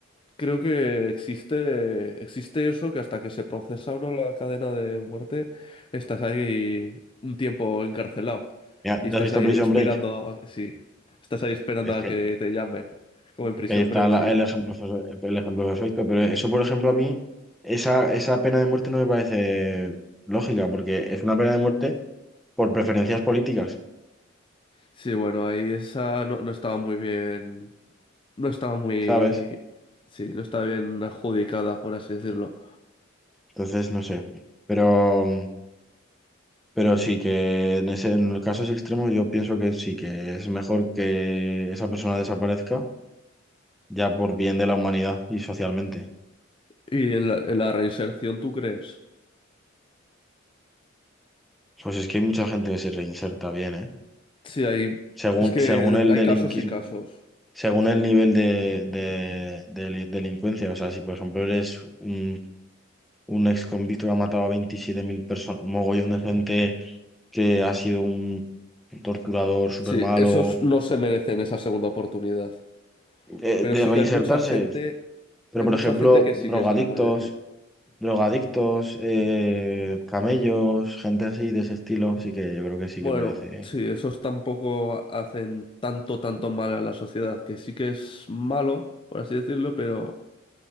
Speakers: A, on the left; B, in the centre.
A: creo que existe, existe eso, que hasta que se procesa uno la cadena de muerte, estás ahí un tiempo encarcelado.
B: Mira,
A: Y
B: ¿te
A: estás
B: has visto
A: ahí
B: Prison
A: esperando,
B: Break?
A: a- sí, estás ahí esperando
B: Es
A: a
B: que,
A: que te llamen, como en Prison
B: que ahí está
A: Break,
B: la-
A: sí.
B: el ejemplo, perfe- el ejemplo perfecto, pero eso, por ejemplo, a mí, esa, esa pena de muerte no me parece lógica, porque es una pena de muerte por preferencias políticas,
A: Sí, bueno, ahí esa no, no estaba muy bien, no estaba muy,
B: ¿sabes?
A: sí, no estaba bien adjudicada, por así decirlo.
B: Entonces, no sé. Pero, pero sí que en ese, en los casos extremos yo pienso que sí, que es mejor que esa persona desaparezca ya por bien de la humanidad y socialmente.
A: Y en la, en la reinserción, ¿tú crees?
B: Pues es que hay mucha gente que se reinserta bien, ¿eh?
A: Sí, hay,
B: Según,
A: es que
B: según el
A: hay
B: delinquismo.
A: casos y casos.
B: según
A: Sí,
B: el nivel de, de- de li- delincuencia. O sea, si por ejemplo eres un, un ex convicto que ha matado a 27.000 personas, mogollón de gente que ha sido un torturador súper
A: sí,
B: malo,
A: esos no se merecen esa segunda oportunidad.
B: eh,
A: Pero
B: de
A: sí
B: reinsertarse.
A: que hay mucha gente,
B: Pero
A: hay
B: por
A: mucha
B: ejemplo,
A: gente que
B: drogadictos,
A: sí que se la merece.
B: drogadictos, eh, camellos, gente así de ese estilo, sí que yo creo que sí
A: Bueno,
B: que merece.
A: sí, esos tampoco hacen tanto, tanto mal a la sociedad, que sí que es malo, por así decirlo, pero